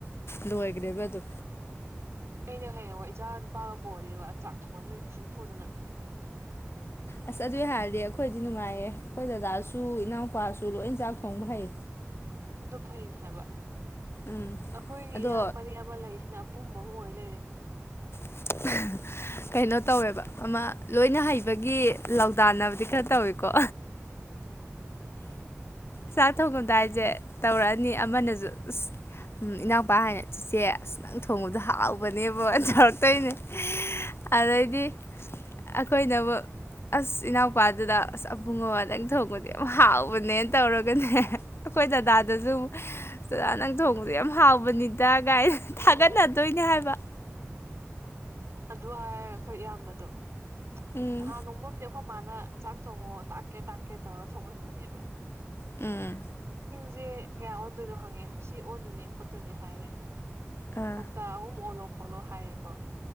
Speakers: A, on the left (about 50°); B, on the right (about 60°).
A: ꯂꯦ ꯀꯅꯦꯦꯕꯗ
B: ꯑꯩꯅ ꯍꯌꯦꯡꯕ ꯏꯆꯥ ꯅꯨꯄꯥꯒ ꯄꯣꯛꯑꯗꯤꯕ ꯆꯥꯛ ꯊꯣꯡꯍꯟꯗꯣꯏ ꯐꯨ ꯐꯨꯗꯅ
A: ꯑꯁ ꯑꯗꯨ ꯑꯣꯏ ꯍꯥꯏꯔꯗꯤ ꯑꯩꯈꯣꯏꯗꯤ ꯅꯨꯡꯉꯥꯏꯌꯦ ꯑꯩꯈꯣꯏ ꯗꯗꯥꯗꯥꯁꯨ ꯏꯅꯥꯎꯄꯥꯁꯨ ꯂꯣꯏ ꯆꯥꯛ ꯊꯣꯡꯕ ꯍꯩ
B: ꯑꯗꯨꯣ ꯐꯩꯅꯦ ꯍꯥꯏꯕ
A: ꯎꯝ
B: ꯑꯩꯈꯣꯏ
A: ꯑꯗꯣ
B: ꯏꯌꯥꯝꯕꯅꯤ ꯑꯃ ꯂꯩꯁꯤꯅ ꯑꯄꯨꯝꯕ ꯑꯃ ꯑꯣꯏ ꯦ
A: <unintelligible> ꯀꯩꯅꯣ ꯇꯧꯋꯦꯕ ꯑꯃ ꯂꯣꯏꯅ ꯍꯩꯕꯒꯤ ꯂ ꯂꯧꯗꯥꯟꯅꯕꯗꯤ ꯈꯔ ꯇꯧꯋꯦꯣ ꯀꯣ ꯆꯥꯛ ꯊꯣꯡꯉꯝꯗꯥꯏꯁꯦ ꯇꯧꯔꯛꯑꯅꯤ ꯑꯃꯅꯁꯨ ꯑꯁ ꯎ ꯏꯅꯥꯎꯄꯥ ꯍꯥꯏꯅ ꯆꯤꯆꯦ ꯑꯁ ꯅꯪ ꯊꯣꯡꯕꯗꯣ ꯍꯥꯎꯕꯅꯤ ꯅꯕꯨ ꯇꯧꯔꯛꯇꯣꯏꯅꯦ ꯑꯗꯩꯗꯤ ꯑꯩꯈꯣꯏꯅꯕꯨ ꯑꯁ ꯏꯅꯥꯎꯄꯥꯗꯨꯗ ꯑꯁ ꯑꯕꯨꯡꯉ ꯅꯪ ꯊꯣꯡꯕꯗꯤ ꯌꯥꯝ ꯍꯥꯎꯕꯅꯦꯅ ꯇꯧꯔꯒꯅꯦ ꯑꯩꯈꯣꯏ ꯗꯗꯥꯗꯥꯗꯁꯨ ꯆꯗꯥ ꯅꯪ ꯊꯣꯡꯕꯁꯦ ꯌꯥꯝ ꯍꯥꯎꯕꯅꯤꯗ
B: ꯎꯝ
A: ꯊꯥꯒꯠꯅꯗꯣꯏꯅꯦ
B: ꯎꯝ
A: ꯍꯥꯏꯕ
B: ꯑꯗꯨ ꯍꯥꯏꯔꯒ ꯑꯩꯈꯣꯏ ꯏꯌꯥꯝꯕꯗꯣ
A: ꯎꯝ
B: ꯅꯍꯥꯟ ꯅꯣꯡꯃꯝꯗꯤ ꯑꯩꯈꯣꯏ ꯃꯥꯅ ꯆꯥꯛ ꯊꯣꯡꯉꯣ ꯇꯥꯛꯀꯦ ꯇꯥꯛꯀꯦ ꯇꯧꯔ ꯊꯣꯡꯍꯟꯕꯅꯦꯕ
A: ꯎꯝ
B: ꯁꯦ ꯀꯌꯥ ꯑꯣꯟꯗꯣꯏꯅꯣ ꯍꯪꯉꯦ ꯁꯤ ꯑꯣꯟꯗꯣꯏꯅꯦ ꯈꯣꯠꯇꯣꯏꯅꯦ ꯍꯥꯏꯔꯦ
A: ꯑꯥ
B: ꯀꯧꯇꯥ ꯑꯍꯨꯝ ꯑꯣꯟꯂꯣ ꯈꯣꯠꯂꯣ ꯍꯥꯏꯔꯦꯀꯣ